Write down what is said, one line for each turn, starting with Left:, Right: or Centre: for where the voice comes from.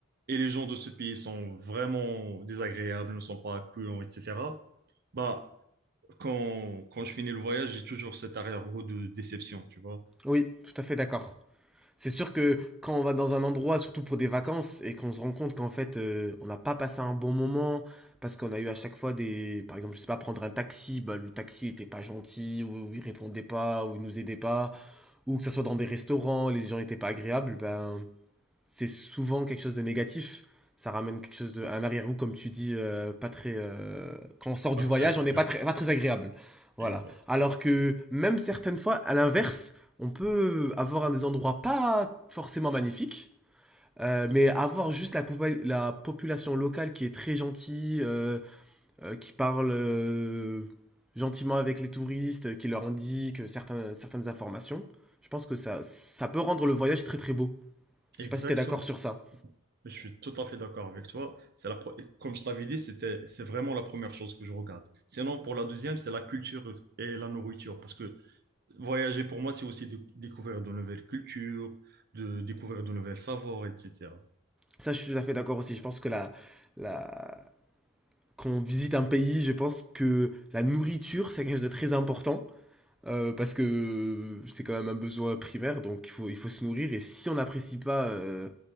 Right: et les gens de ce pays sont vraiment désagréables, ne sont pas accueillants, etc., bah, quand, quand je finis le voyage, j'ai toujours cet arrière-goût de déception, tu vois.
Centre: Oui, tout à fait d'accord. C'est sûr que quand on va dans un endroit, surtout pour des vacances, et qu'on se rend compte qu'en fait euh, on n'a pas passé un bon moment, parce qu'on a eu à chaque fois des, par exemple, je sais pas, prendre un taxi, bah, le taxi était pas gentil, ou il répondait pas, ou il nous aidait pas, ou que ça soit dans des restaurants, les gens étaient pas agréables, ben c'est souvent quelque chose de négatif. Ça ramène quelque chose de un arrière-goût, comme tu dis, euh, pas très. euh, quand on sort
Right: Pas
Centre: du
Right: très
Centre: voyage,
Right: agréable.
Centre: on n'est pas très, pas très agréable. Voilà.
Right: Exact.
Centre: Alors que même certaines fois, à l'inverse, on peut avoir des endroits pas forcément magnifiques, euh, mais avoir juste la, popa- la population locale qui est très gentille, euh, euh, qui parle euh, gentiment avec les touristes, euh, qui leur indique certains, certaines informations. Je pense que ça, ça peut rendre le voyage très très beau. Je
Right: Exactement.
Centre: sais pas si t'es d'accord sur ça.
Right: Je suis tout à fait d'accord avec toi. C'est la, pro- comme je t'avais dit, c'était, c'est vraiment la première chose que je regarde. Sinon, pour la deuxième, c'est la culture et la nourriture. Parce que voyager, pour moi, c'est aussi de- découvrir de nouvelles cultures, de découvrir de nouvelles savoirs, etc.
Centre: Ça, je suis tout à fait d'accord aussi. Je pense que la, la... quand on visite un pays, je pense que la nourriture, c'est quelque chose de très important. euh, parce que c'est quand même un besoin primaire, donc il faut, il faut se nourrir. Et si on n'apprécie pas euh,